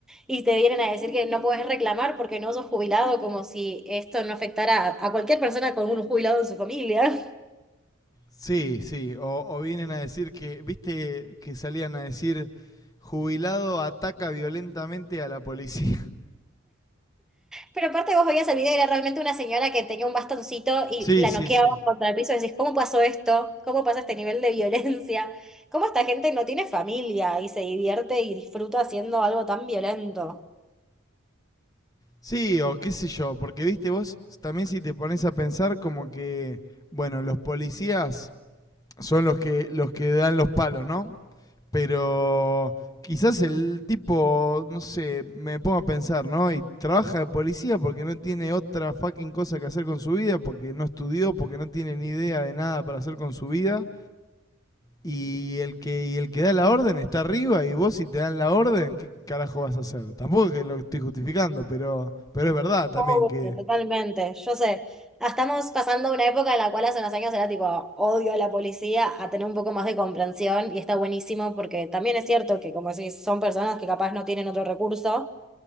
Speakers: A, in the centre; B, on the left.
A: y te vienen a decir que no puedes reclamar porque no sos jubilado, como si esto no afectara a, a cualquier persona con un jubilado en su familia.
B: Sí, sí, o, o vienen a decir que, viste que salían a decir, jubilado ataca violentamente a la policía. <laughs>
A: Pero aparte vos veías el video y era realmente una señora que tenía un bastoncito y
B: Sí,
A: la
B: sí,
A: noqueaba
B: sí.
A: contra el piso y decís, ¿cómo pasó esto? ¿Cómo pasa este nivel de violencia? ¿Cómo esta gente no tiene familia y se divierte y disfruta haciendo algo tan violento?
B: Sí, o qué sé yo, porque viste vos, también si te pones a pensar como que, bueno, los policías son los que, los que dan los palos, ¿no? Pero quizás el tipo, no sé, me pongo a pensar, ¿no? Y trabaja de policía porque no tiene otra fucking cosa que hacer con su vida, porque no estudió, porque no tiene ni idea de nada para hacer con su vida. Y el que, y el que da la orden está arriba y vos si te dan la orden, ¿qué carajo vas a hacer? Tampoco es que lo estoy justificando, pero, pero es verdad también
A: Oh,
B: que...
A: totalmente, yo sé. Estamos pasando una época en la cual hace unos años era tipo odio a la policía, a tener un poco más de comprensión y está buenísimo porque también es cierto que como decís, son personas que capaz no tienen otro recurso.